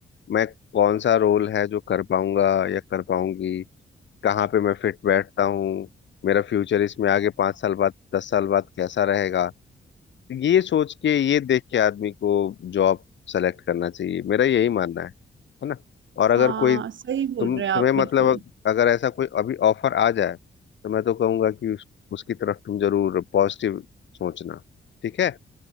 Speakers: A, on the left (about 75°); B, on the right (about 80°).
A: मैं कौन सा रोल है जो कर पाऊंगा या कर पाऊंगी कहाँ पे मैं फिट बैठता हूँ मेरा फ्यूचर इसमें आगे पाँच साल बाद दस साल बाद कैसा रहेगा ये सोच के ये देख के आदमी को जॉब सेलेक्ट करना चाहिए मेरा यही मानना है है ना और अगर
B: हाँ
A: कोई
B: सही बोल
A: तुम
B: रहे
A: तुम्हें
B: हैं आप बिल्कुल
A: मतलब अगर ऐसा कोई अभी ऑफर आ जाए तो मैं तो कहूंगा कि उस, उसकी तरफ तुम जरूर पॉजिटिव सोचना ठीक है